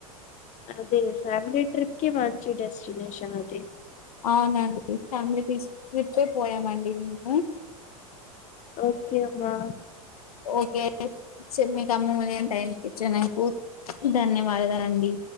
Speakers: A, on the left; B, on the left.
A: అదీ ఫ్యామిలీ ట్రిప్ కి మంచి డెస్టినేషన్ అది
B: అవునండి ఫ్యామిలీ తీసు ట్రిప్పే పోయామండి మేము
A: ఓకే అమ్మా
B: ఓకే చ మీకు అమ్మో నెన్ టైం ఇచ్చినందుకు ధన్యవాదాలండి